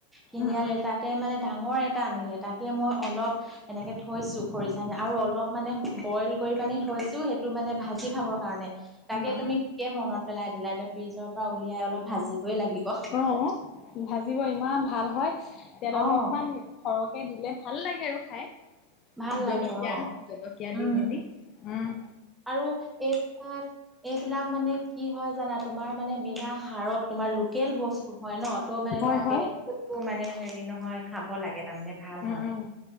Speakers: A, in the centre; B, on the left.
A: কিনি
B: উম
A: আলে
B: উম
A: তাতে মানে ডাঙৰ এটা আনিলে তাকে মই অলপ এনেকে থৈছো খৰিচা আৰু অলপ মানে বইল কৰি পানি থৈছো সেই টো মানে ভাজি খাবৰ কাৰণে তাকে
B: উম,
A: তুমি
B: উম।
A: এতিয়া মনত পেলাই দিলাই এয়া ফ্ৰিজৰ পৰা উলিয়াই অলপ ভাজিবই লাগিব।
B: অ', ভাজিব ইমান ভাল হয় তেল
A: অ',
B: অলপমান সৰহকে দিলে ভাল লাগে আৰু খাই
A: ভাল
B: জলকীয়া
A: লাগে অ',
B: জলকীয়া
A: উম।
B: দি মেলি উম।
A: আৰু এইবিলাক এইবিলাক মানে কি হয় জানা তোমাৰ মানে বিনা হাৰত তোমাৰ লোকেল বস্তু হয় ন ত' মানে
B: হয়
A: তোমাৰে
B: হয়
A: মানে হেৰি নহয় খাব লাগে তাৰমানে ভাল
B: উম
A: হয়।
B: উম